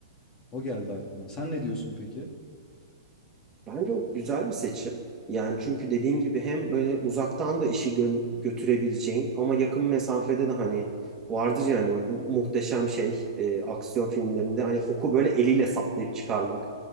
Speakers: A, on the left; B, on the right.
A: O geldi aklıma. Sen ne diyorsun peki?
B: Bence o güzel bir seçim. Yani çünkü dediğin gibi hem böyle uzaktan da işi gö- götürebileceğin ama yakın mesafede de hani vardır yani o mu- muhteşem şey e, aksiyon filmlerinde hani oku böyle eliyle saplayıp çıkarmak.